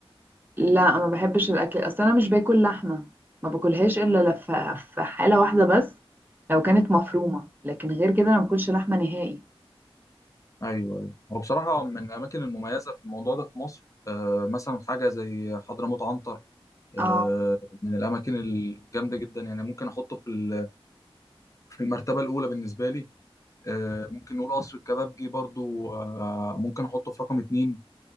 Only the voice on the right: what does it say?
لا ما بحبش الاكل اصل انا مش باكل لحمه ما باكلهاش الا لف- في حاله واحده بس لو كانت مفرومه لكن غير كده انا ما باكلش لحمه نهائي
اه